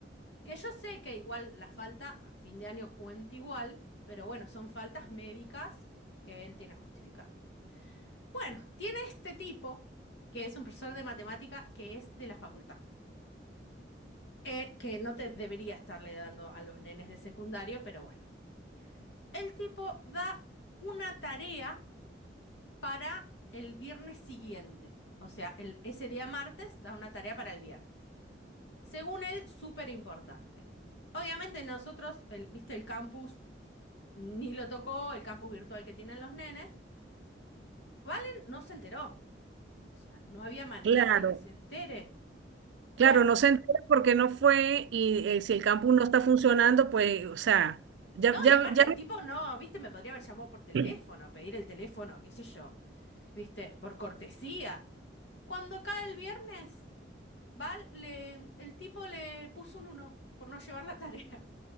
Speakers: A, on the left; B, on the right.
A: Que yo sé que igual la falta a fin de año cuenta igual, pero bueno, son faltas médicas que él tiene justificado. Bueno, tiene este tipo, que es un profesor de matemática, que es de la facultad. Eh, que no te debería estarle dando a los nenes de secundario, pero bueno. El tipo da una tarea para el viernes siguiente. O sea, el- ese día martes da una tarea para el viernes. Según él, súper importante. Obviamente nosotros, el- viste, el campus ni lo tocó, el campus virtual que tienen los nenes. Valen no se enteró. O sea, no había manera
B: Claro,
A: de que se entere.
B: claro,
A: Bueno,
B: no se entera porque no fue y eh, si el campus
A: Fue.
B: no está funcionando, pues, o sea, ya,
A: No,
B: ya,
A: y aparte
B: ya.
A: el tipo no, viste, me podría haber llamado por teléfono,
B: <clears throat>
A: pedir el teléfono, qué sé yo, viste, por cortesía. Cuando cae el viernes, va, le, el tipo le puso un uno por no llevar la tarea.